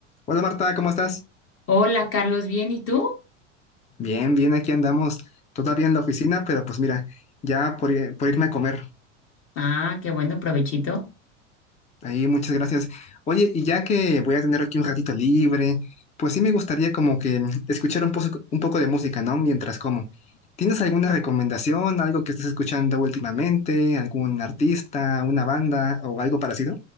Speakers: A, on the left; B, on the left.
A: Hola Marta, ¿cómo estás?
B: Hola, Carlos, ¿bien? ¿Y tú?
A: Bien, bien, aquí andamos. Todavía
B: ¿Qué-
A: en la oficina, pero pues mira, ya por, ir- por irme a comer.
B: Ah, qué bueno, provechito.
A: Ahí, muchas gracias. Oye, y ya que voy a tener aquí un ratito libre, pues sí me gustaría como que mm, escuchar un, poco- un poco de música, ¿no? Mientras como. ¿Tienes alguna recomendación, algo que estés escuchando últimamente, algún artista, una banda o algo parecido?